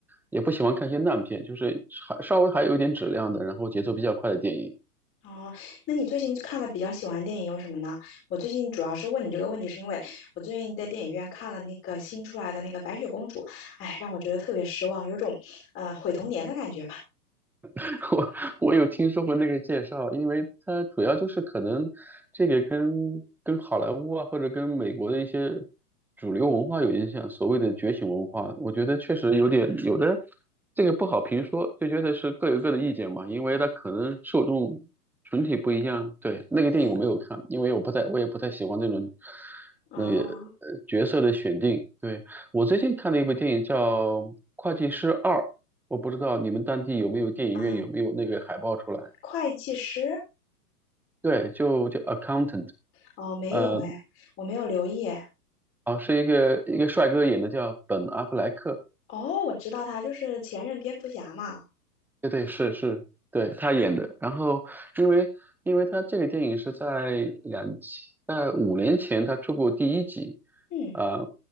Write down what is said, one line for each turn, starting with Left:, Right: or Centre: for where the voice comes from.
Centre: 也不喜欢看一些烂片，就是还稍微还有一点质量的，然后节奏比较快的电影。
Left: 哦，那你最近看的比较喜欢的电影有什么呢？我最近主要是问你这个问题，是因为我最近在电影院看了那个新出来的那个《白雪公主》，哎，让我觉得特别失望，有种呃毁童年的感觉吧。
Centre: <laughs> 我我有听说过那个介绍，因为它主要就是可能这个跟跟好莱坞啊，或者跟美国的一些主流文化有影响，所谓的觉醒文化，我觉得确实有点有的这个不好评说，就觉得是各有各的意见嘛，因为它可能受众群体不一样。对，那个电影我没有看，
Left: 对，
Centre: 因为我不太我也不太喜欢那种
Left: 啊
Centre: 那个呃角色的选定。对，我最近看了一部电影叫《会计师二》。我不知道你们当地有没有电影院，
Left: 啊，
Centre: 有没有那个海报出来？
Left: 会计师？
Centre: 对，就叫 Accountant，
Left: 哦，没有哎，
Centre: 呃，
Left: 我没有留意哎。
Centre: 啊，是一个一个帅哥演的，叫本·阿弗莱克。
Left: 哦，我知道他就是前任蝙蝠侠嘛。
Centre: 对对是是，对他演的。然后因为因为他这个电影是在两千在五年前他出过第一集，
Left: 嗯
Centre: 呃，